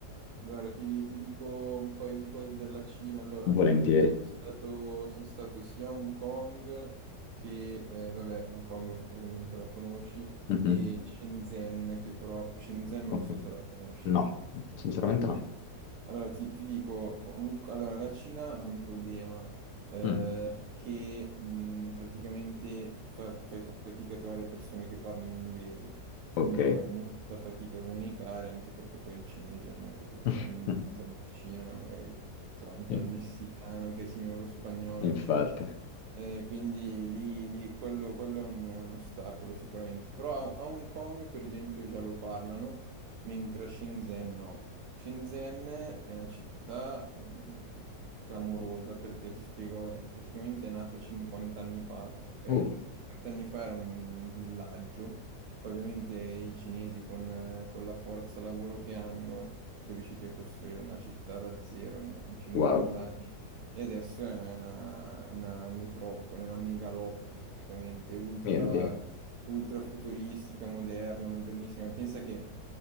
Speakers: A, on the right; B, on the left.
A: guarda, ti, ti dico un paio di cose della Cina. Allora,
B: volentieri.
A: io sono stato, sono stato sia a Hong Kong che, eh, vabbè, Hong Kong ov- ovviamente la conosci,
B: Mhm.
A: e Shenzhen, che però Shenzhen
B: Ok.
A: non so se la conosci.
B: No, sinceramente
A: Ecco,
B: no.
A: Allora, ti, ti dico, un- allora, la Cina ha un problema Mm. eh,
B: Mm,
A: che mh, praticamente fa- fai fatica a trovare persone che parlino inglese,
B: ok.
A: quindi fai molta fatica a comunicare, anche perché poi il cinese non è che è proprio
B: <laughs>
A: una lingua che si avvicina magari so, anche
B: In-
A: al messicano che è simile allo spagnolo,
B: Infatti.
A: eccetera. Eh, quindi lì, lì- quello, quello è un, è un ostacolo sicuramente, però a, a Hong Kong per esempio già lo parlano, mentre a Shenzhen no. Shenzhen è una città mh, clamorosa perché ti spiego, è praticamente è nata 50 anni fa, ok?
B: Uh,
A: 50 anni fa era un villaggio, poi ovviamente i cinesi con, eh, con la forza lavoro che hanno sono riusciti a costruire una città da zero in in 50
B: wow,
A: anni e adesso è una, una metropoli, una megalopoli praticamente, ultra,
B: mio Dio.
A: ultra futuristica, moderna, modernissima. Pensa che